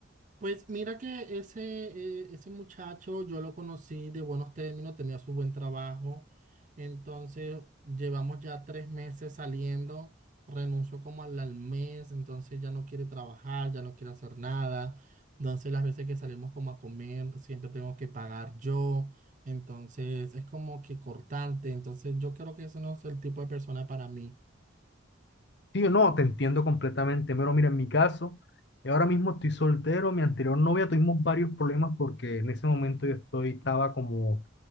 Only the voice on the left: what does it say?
Sí, no, te entiendo completamente. Pero mira, en mi caso, yo ahora mismo estoy soltero. Mi anterior novia tuvimos varios problemas porque en ese momento yo estoy, estaba como